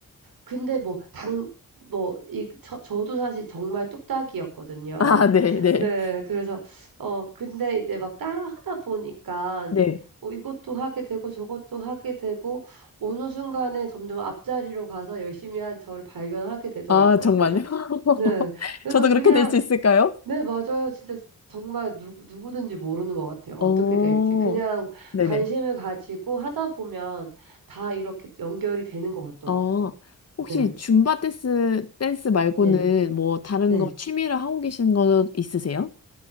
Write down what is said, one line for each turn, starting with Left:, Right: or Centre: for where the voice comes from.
Right: 근데 뭐, 당, 뭐, 이, 저, 저도 사실 정말 뚝딱이었거든요.
Left: <laughs> 아, 네, 네,
Right: 네, 그래서, 어, 근데 이제 막 따라 하다 보니까,
Left: 네.
Right: 어, 이것도 하게 되고 저것도 하게 되고, 어느 순간에 점점 앞자리로 가서 열심히 한 저를 발견하게 되더라고요.
Left: 아, 정말요?
Right: 그래서,
Left: <laughs>
Right: 네, 그래서
Left: 저도
Right: 그냥,
Left: 그렇게 될 수 있을까요?
Right: 네, 맞아요. 진짜 정말 누, 누구든지 모르는 것 같아요. 어떻게
Left: 어,
Right: 될지. 그냥
Left: 네네.
Right: 관심을 가지고 하다 보면 다 이렇게 연결이 되는 것 같더라고요.
Left: 어, 혹시
Right: 네.
Left: 줌바 댄스, 댄스 말고는
Right: 네.
Left: 뭐 다른
Right: 네.
Left: 거 취미를 하고 계신 거 있으세요?